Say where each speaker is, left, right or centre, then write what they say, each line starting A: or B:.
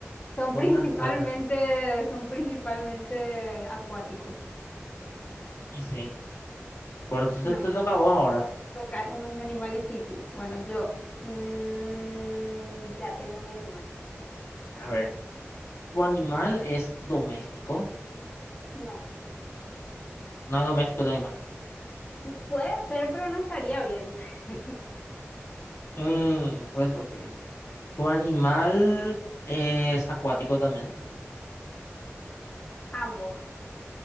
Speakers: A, on the left; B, on the left.
A: doble
B: son principalmente,
A: respuesta.
B: son principalmente acuáticos.
A: Y sí. Bueno, entonces
B: No,
A: te toca a vos ahora.
B: toca un animal difícil. Bueno, yo mm, ya tengo mi animal.
A: A ver, ¿tu animal es doméstico?
B: No,
A: No es doméstico tu animal.
B: no, puede ser, pero no estaría bien. <laughs>
A: Mm, pues, ok. ¿Tu animal es acuático también?
B: Ambos.